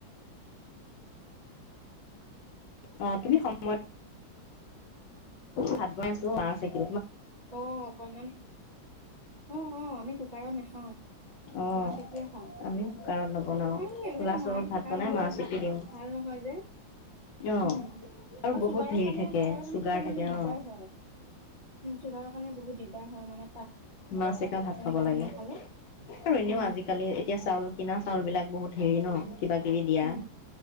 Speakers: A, on the left (about 75°); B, on the right (about 45°).
A: অ তুমি সময় ভাত বনাই আছো মাহ চেকি
B: অ অকনমান অ অ আমি ক পাৰ নাখাওঁ
A: অ'
B: মাহ চেকিয়ে খাওঁ
A: আমি কুকাৰত নবনাও
B: মানে মাহ
A: খোলা চৰুত
B: মাহটো
A: ভাত
B: চেকা
A: বনাই
B: নগলে
A: মাছ চেপি
B: ভ
A: দিওঁ
B: ভাল নহয় যে
A: অ'
B: উম আৰু
A: বহুত
B: চুগাৰৰ
A: হেৰি
B: কাৰণে
A: থাকে
B: চুগাৰৰ কাৰণে
A: চুগাৰ
B: সেইটো
A: থাকে
B: মানে দিগদাৰ
A: অ'
B: হয় চুগাৰৰ কাৰণে বহুত দিগদাৰ হয় মানে
A: মাহ চেকা ভাত খাব
B: কাঢ়ি
A: লাগে
B: নাখালে
A: আৰু এনেও
B: উম
A: আজিকালি এতিয়া চাউল কিনা চাউল বিলাক বহুত হেৰি ন কিবা কিবি দিয়া
B: উম